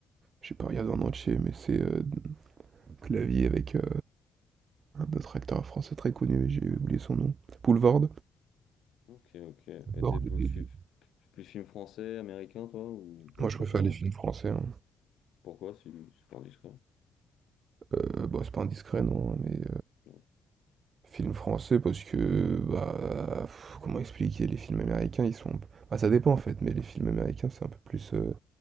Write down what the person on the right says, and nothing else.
J'ai pas regardé en entier, mais c'est euh, Clavier avec euh, un autre acteur français très connu, mais j'ai oublié son nom. Boulevard.
Boulevard,
et-
Moi,
je préfère les films français. hein.
Euh, bon, c'est pas indiscret, non, mais
Film français parce que, bah, pff, comment expliquer? Les films américains, ils sont bah, ça dépend en fait, mais les films américains, c'est un peu plus, heu,